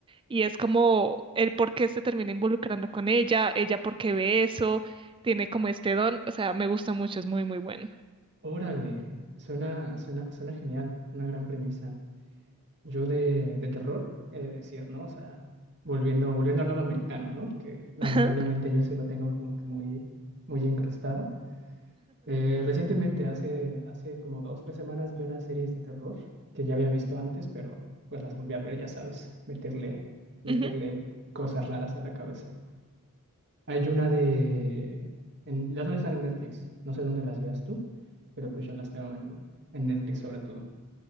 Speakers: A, on the right; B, on the right.
A: Y es como el por qué se termina involucrando con ella, ella por qué ve eso, tiene como este don, o sea, me gusta mucho, es muy, muy bueno.
B: órale, suena, suena, suena genial, una gran premisa. Yo de, de terror, he de decir, ¿no? O sea, volviendo, volviendo al lado americano, ¿no? Que lamentablemente
A: <laughs>
B: yo sí lo tengo como que muy, muy incrustado. Eh, recientemente, hace, hace como dos, tres semanas, vi unas series de terror que ya había visto antes, pero pues las volví a ver, ya sabes, meterle, meterle
A: Ujú,
B: cosas raras a la cabeza. Hay una de... en- las dos están en Netflix. No sé dónde las veas tú, pero pues yo las veo en, en Netflix sobre todo.